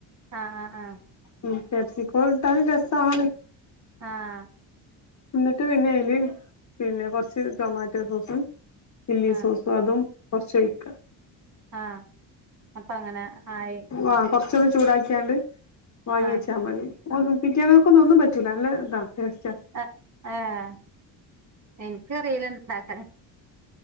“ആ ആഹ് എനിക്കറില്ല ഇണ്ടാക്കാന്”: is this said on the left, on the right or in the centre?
Right